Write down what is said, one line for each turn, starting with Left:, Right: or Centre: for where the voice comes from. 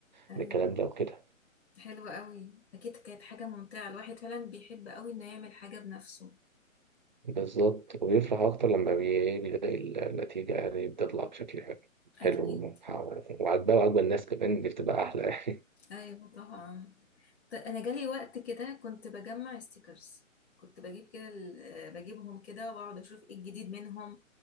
Left: أيوة
Right: من الكلام ده وكده
Left: حلوة قوي أكيد كانت حاجة ممتعة الواحد فعلا بيحب قوي إنه يعمل حاجة بنفسه
Right: بالظبط وبيفرح اكتر لما بي- بيلاقي النتيجه يعني بتطلع بشكل حلو
Left: أكيد
Right: حلو ومحاور وعاجباه وعاجبه الناس كمان دي بتبقى احلى يعني.
Left: أيوة طبعا ط- أنا جالي وقت كده كنت بجمع ستيكرز كنت بجيب كده ال- آه، بجيبهم كده وأقعد أشوف إيه الجديد منهم